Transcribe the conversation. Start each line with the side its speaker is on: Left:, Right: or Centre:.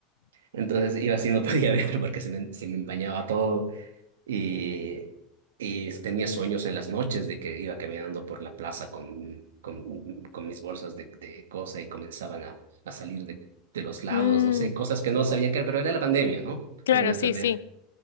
Right: Entonces iba así, no podía <laughs> ver porque se me, se me empañaba todo. Y, y tenía sueños en las noches de que iba caminando por la plaza con, con, con mis bolsas de, de cosa y comenzaban a, a salir de, de los lados,
Left: Mm,
Right: no sé, cosas que no sabía qué era, pero era la pandemia, ¿no?
Left: claro,
Right: Era la enfermedad.
Left: sí, sí,